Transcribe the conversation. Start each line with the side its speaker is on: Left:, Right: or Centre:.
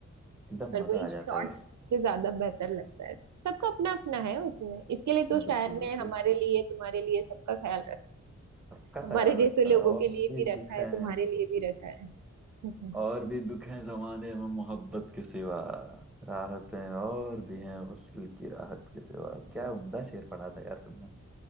Centre: एकदम
Right: पर
Centre: मजा
Right: वही
Centre: आ
Right: शॉर्ट
Centre: जाता है बस
Right: मुझे ज्यादा बेहतर लगता है सबका अपना अपना है उसमें इसके लिए
Centre: ना
Right: तो
Centre: बिल्कुल
Right: शायर
Centre: बिल्कुल
Right: ने हमारे लिए तुम्हारे लिए सबका ख्याल रखा
Centre: सबका
Right: हमारे
Centre: ख्याल
Right: जैसे
Centre: रखा
Right: लोगों
Centre: है और
Right: के लिए
Centre: भी
Right: भी रखा
Centre: दुख
Right: है
Centre: है
Right: तुम्हारे लिए भी रखा है <laughs> हम्म,
Centre: और भी दुख है जमाने में मोहब्बत के सिवा राहतें और भी हैं वصل की राहत के सिवा क्या उम्दा शेर पढ़ा था यार तुमने